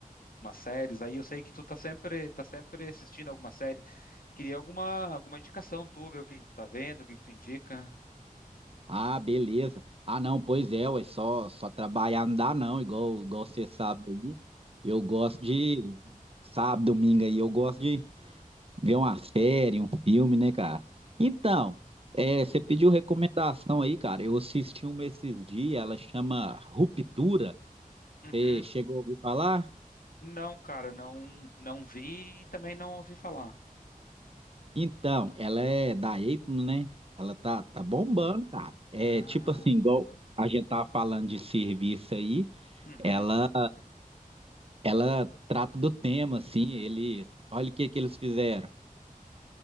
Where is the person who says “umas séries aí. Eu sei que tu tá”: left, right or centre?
Left